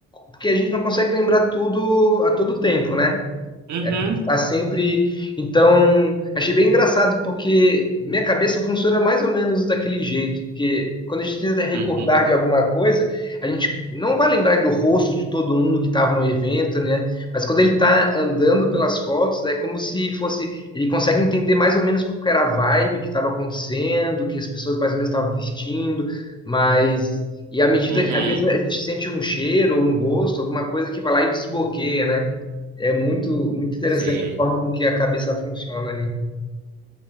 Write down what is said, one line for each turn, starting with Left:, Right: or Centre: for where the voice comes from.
Left: Porque a gente não consegue lembrar tudo a todo tempo, né?
Right: Uhum.
Left: A gente tá sempre. Então, achei bem engraçado, porque minha cabeça funciona mais ou menos daquele jeito. Porque quando a gente tenta recordar
Right: Uhum.
Left: de alguma coisa, a gente não vai lembrar do rosto de todo mundo que estava no evento, né? Mas quando ele está andando pelas fotos, é como se fosse. Ele consegue entender mais ou menos qual que era a vibe que estava acontecendo, o que as pessoas mais ou menos estavam vestindo, mas. E à medida
Right: Uhum.
Left: que, às vezes, a gente sente um cheiro, um gosto, alguma coisa que vai lá e desbloqueia, né? É muito, muito interessante
Right: Sim.
Left: a forma com que a cabeça funciona ali.